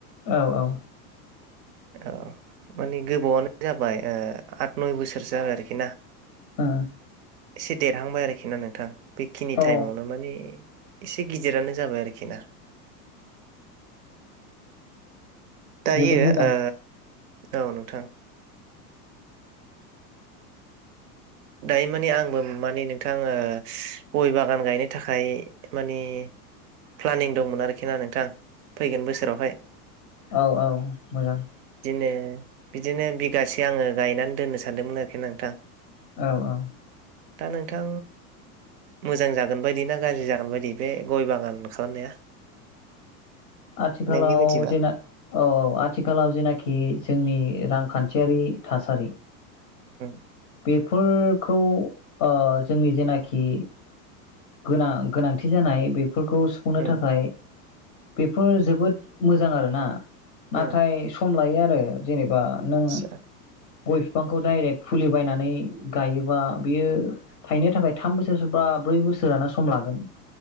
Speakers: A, on the left; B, on the right.
A: औ औ
B: औ माने गोबावनो जाबाय ओ आद नय बोसोर जाबाय आरोखि ना
A: ओ
B: एसे देरहांबाय आरोखि ना नोंथां बेखिनि
A: औ
B: टाइमावनो माने एसे गिदिरानो जाबाय आरोखि ना । दायो
A: जोबोद मोजां
B: ओ औ नोंथां । दायो माने आंबो माने नों नोंथां ओ गय बागान गायनो थाखाय मानि प्लानिं दंमोन आरोखि ना नोंथां फैगोन बोसोरावहाय
A: औ औ मोजां
B: बिदिनो बिदिनो बिगासे आङो गायनानै दोननो सानदोंमोन आरोखि नोंथां ।
A: औ औ
B: दा नोंथां मोजां जागोन बायदि ना गाज्रि जागोन बायदि बे गय बागान खालामनाया?
A: आथिखालाव
B: नोंनि बायदिबा
A: जेना औ औ आथिखालाव जेना खि जोंनि रांखान्थियारि थासारि
B: ओम
A: बेफोरखौ ओ जोंनि जेनाखि गोनां गोनांथि जानाय बे फोरखौ सुफुंनो
B: उम
A: थाखाय बेफोर जोबोद मोजां आरोना । नाथाय
B: उम
A: सम लायो आ <unintelligible> जेनेबा नों
B: आदसा
A: गय फिफांखौ डाइरेक फुलि बायनानै गायोबा बियो थायनो थाखाय थाम बोसोर बा ब्रै बोसोरानो सम लागोन ।